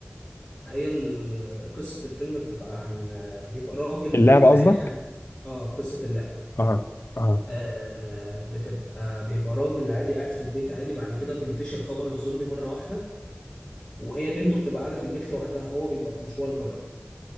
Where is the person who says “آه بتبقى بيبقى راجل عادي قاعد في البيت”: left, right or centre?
Left